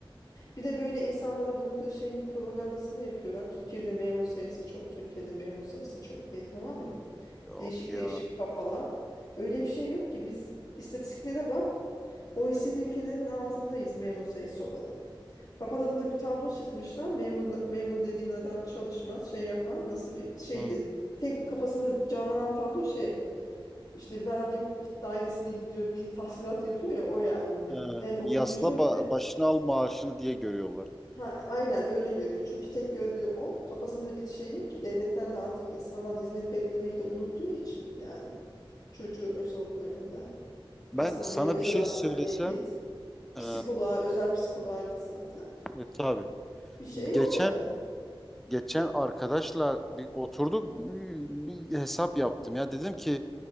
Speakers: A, on the left; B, in the centre.
A: Bir de böyle insanlara bunun da şeyinin propagandasını yapıyorlar. Türkiye'de memur sayısı çok, Türkiye'de memur sayısı çok diye tamam mı?
B: Yok
A: Değişik
B: ya.
A: değişik kafalar. Öyle bir şey yok ki biz istatistiklere bak. o OECD ülkelerinin altındayız memur sayısı olarak. Kafalarında bir tablo çizmişler. Memur, memur dediğin adam çalışmaz, şey yapmaz. Nasıl bir şeydi?
B: Hı.
A: Tek kafasında canlanan tablo şey. İşte vergi dairesine gidiyor bir tahsilat yapıyor ya o yani Me-
B: Ee,
A: en okumuşunu
B: yasla ba-
A: bile
B: başına al maaşını diye görüyorlar.
A: ha, aynen öyle görüyor. Çünkü tek gördüğü o kafasında bir şey yok ki devletten de artık insanlar hizmet beklemeyi de unuttuğu için yani çocuğu özel okula gönder. Hastaneye
B: Ben sana
A: özel
B: bir şey
A: hastaneye
B: söylesem
A: git. Psikoloğa
B: ee,
A: özel psikoloğa git zaten.
B: e, tabii.
A: Bir şey
B: Geçen
A: yok yani.
B: Geçen arkadaşla bir oturduk bir hesap yaptım ya dedim ki